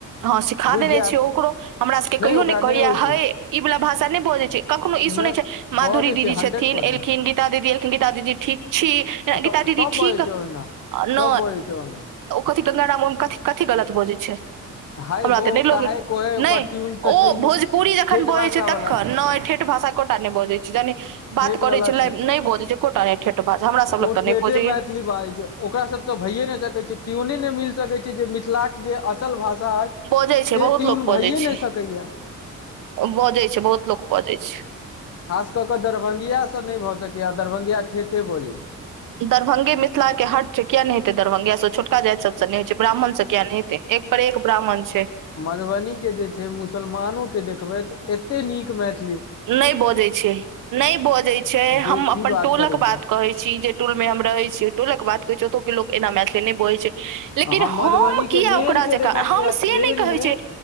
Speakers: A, on the right; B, on the left.
A: हँ सिखा
B: बुझि
A: देने
B: जायब
A: छियै ओकरो हमरा सभके कहियो
B: ओकरा
A: नहि कहैय
B: होइ
A: हे
B: छै
A: ई वाला भाषा नहि बजै छै कखनो ई सुनै
B: नहि
A: छै माधुरी
B: बजै
A: दीदी
B: छै हंड्रेड
A: छथिन
B: परसेंट
A: एलखिन गीता दीदी एलखिन गीता दीदी ठीक छी
B: ओतऽ
A: गीता दीदी
B: सब बजै
A: ठीक
B: छै ओहिना
A: न‌
B: सब बजै छै ओना
A: कथि गंगाड़मे क कथी गलत बोजै छै
B: हाय
A: हमरा
B: हो
A: ते नहि लोगे
B: काहे कोहे ओकर
A: नहि
B: ट्यून तऽ
A: ओ
B: छैहे
A: भोजपुरी ज जखन
B: ठेठ
A: बजै
B: भाषा
A: छै तखन
B: वाला
A: ने ठेठ भाषा एकोटा नहि बजै छै जान बात
B: ठेठ
A: करै
B: वाला
A: छै नहि बोजै छै कोटा नहि ठेठ बात हमरा सब लग
B: ओ
A: तऽ
B: ठेठे
A: नहि बजैया
B: मैच मैथिली बाजै छै ओकरा सबसँ भइए नहि सकैत छै ट्योने नहि मिल सकैत छै जे मिथिला के जे असल भाषा अछि
A: बजै छै
B: से
A: बहुत
B: ट्यून
A: लोक बजै
B: भइए
A: छै
B: नहि सकैया
A: बजै छै बहुत लोक बजै छै
B: खास कऽ कऽ दरभंगियासँ नहि भऽ सकैए दरभंगिया ठेठे बजैत छै
A: दरभंगे मिथिला के हट छै किया नहि हेै दरभंगिया सँ छोटका जाइत सब नहि होइ छै ब्राह्मण से किया नहि हेतै एक पर एक ब्राह्मण छै
B: मधुबनी के जे छै मुसलमानो के देखबै तऽ एते नीक मैथिल
A: नहि बजैत छै नहि बजैत छै
B: जे
A: हम अपन
B: की बात
A: टोलक
B: करै
A: बात
B: छै
A: कहैत छी जे टोल मे हम रहे छी टूल के बाते छी ओतोक लोक के लो एना मैथिली बोले छै लेकिन
B: अहाँ मधुबनीके
A: हम किया
B: मेनके
A: ओकरा जकाँ
B: देखलियै
A: हम से
B: ट्रेनमे
A: नहि कहै छै